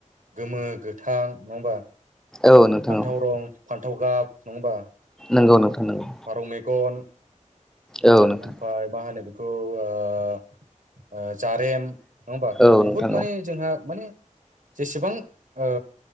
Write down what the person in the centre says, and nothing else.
औ नोंथां
औ
नंगौ नोंथां नंगौ
औ नोंथां
औ
नोंथां